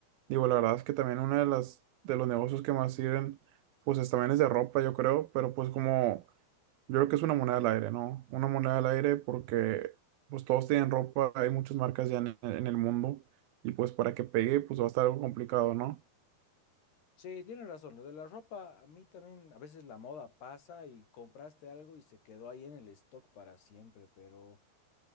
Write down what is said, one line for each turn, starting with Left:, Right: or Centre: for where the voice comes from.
Right: digo, la verdad es que también una de las, de los negocios que más sirven, pues es- también es de ropa, yo creo, pero pues como, yo creo que es una moneda al aire, ¿no? Una moneda al aire porque pues todos tienen ropa, hay muchas marcas ya en en el mundo y pues para que pegue, pues va a estar algo complicado, ¿no?
Left: Sí, tienes razón. Lo de la ropa, a mí también, a veces la moda pasa y compraste algo y se quedó ahí en el stock para siempre, pero...